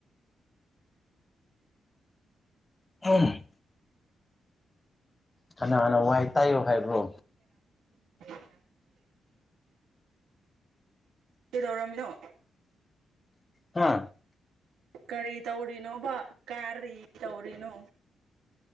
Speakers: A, on the left; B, on the right.
A: ꯑ ꯀꯅꯥꯅ ꯋꯥꯏ ꯇꯥꯏꯌꯣ ꯍꯥꯏꯕ꯭ꯔꯣ
B: <inaudible> ꯀꯩꯗꯧꯔꯝꯃꯤꯅꯣ
A: ꯍꯥ
B: ꯀꯔꯤ ꯇꯧꯔꯤꯅꯣꯕ ꯀꯥꯔꯤ ꯇꯧꯔꯤꯅꯣ